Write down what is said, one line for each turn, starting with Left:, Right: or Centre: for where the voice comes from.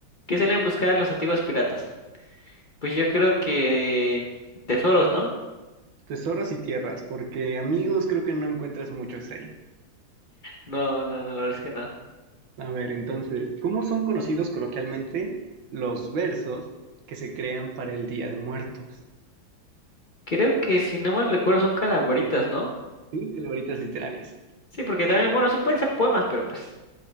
Left: ¿qué salían a buscar los antiguos piratas? Pues yo creo que tesoros, ¿no?
Right: Tesoros y tierras, porque amigos creo que no encuentras muchos ahí.
Left: No, no, no, la verdad es que no.
Right: A ver, entonces, ¿cómo son conocidos coloquialmente los versos que se crean para el Día de Muertos?
Left: Creo que si no mal recuerdo son calaveritas, ¿no?
Right: Sí, calabritas literarias.
Left: Sí, porque también, bueno, eso pueden ser poemas, pero pues